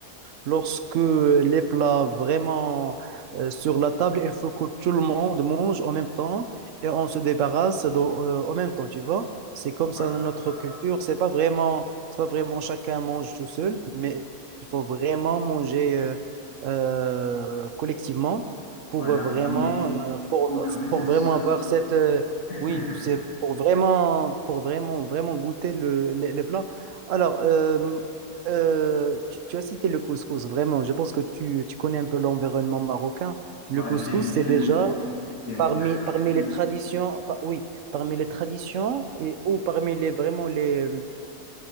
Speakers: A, on the right; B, on the left.
A: lorsque les plats vraiment euh, sur la table, il faut que tout le monde mange en même temps et on se débarrasse de- euh, en même temps, tu vois. C'est comme
B: ouais,
A: ça notre
B: c'est ça,
A: culture.
B: c'est ça.
A: C'est pas vraiment c'est pas vraiment chacun mange tout seul, mais il faut vraiment manger euh, euh, collectivement pour
B: Ouais, la
A: euh, vraiment,
B: famille,
A: euh, pour,
B: faut garder cette
A: pour vraiment
B: chaleur.
A: avoir cette, euh,
B: <laughs>
A: oui, c'est pour vraiment, pour vraiment, vraiment goûter le, les, les plats. Alors, euh, euh, tu, tu as cité le couscous, vraiment. Je pense que tu, tu connais un peu l'environnement marocain. Le
B: Ouais,
A: couscous,
B: j'aime bien
A: c'est déjà
B: le couscous. J'aime
A: parmi,
B: très, très
A: parmi
B: bien
A: les
B: le
A: traditions, par- oui, parmi les traditions et, ou parmi les vraiment les